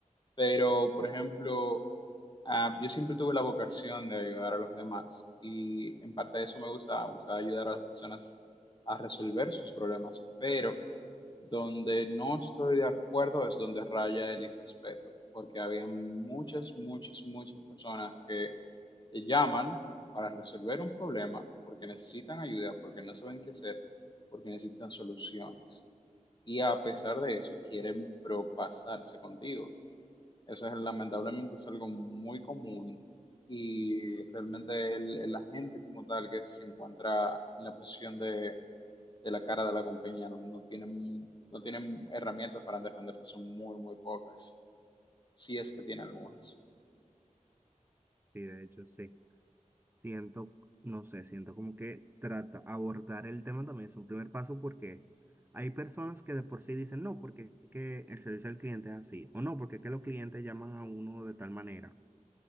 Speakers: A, on the left; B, on the right.
A: Pero, por ejemplo, ah, yo siempre tuve la vocación de ayudar a los demás y en parte de eso me gustaba, me gustaba ayudar a las personas a resolver sus problemas, pero donde no estoy de acuerdo es donde raya el irrespeto, porque había muchas, muchas, muchas personas que te llaman para resolver un problema porque necesitan ayuda, porque no saben qué hacer, porque necesitan soluciones. Y a pesar de eso, quieren propasarse contigo. Eso es, lamentablemente es algo muy común y realmente el, el agente como tal que se encuentra en la posición de, de la cara de la compañía no, no tienen, no tienen herramientas para defenderse, son muy, muy pocas, si es que tiene algunas.
B: Y de hecho, sí. Siento, no sé, siento como que trata, abordar el tema también es un primer paso porque hay personas que de por sí dicen no, porque es que el servicio al cliente es así, o no, porque es que los clientes llaman a uno de tal manera.